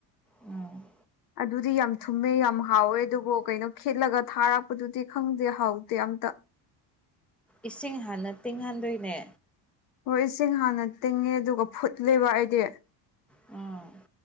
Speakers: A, in the centre; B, on the left (about 50°).
A: ꯎꯝ
B: ꯑꯗꯨꯗꯤ ꯌꯥꯝ ꯊꯨꯝꯃꯦ ꯌꯥꯝ ꯍꯥꯎꯋꯦ ꯑꯗꯨꯕꯨ ꯀꯩꯅꯣ ꯈꯦꯠꯂꯒ ꯊꯥꯔꯛꯄꯗꯨꯗꯤ ꯈꯪꯗꯦ ꯍꯥꯎꯇꯦ ꯑꯝꯇ
A: ꯏꯁꯤꯡ ꯍꯥꯟꯅ ꯇꯤꯡꯍꯟꯗꯣꯏꯅꯦ
B: ꯍꯣꯏ ꯏꯁꯤꯡ ꯍꯥꯟꯅ ꯇꯤꯡꯉꯦ ꯑꯗꯨꯒ ꯐꯨꯠꯂꯦꯕ ꯑꯩꯗꯤ
A: ꯎꯝ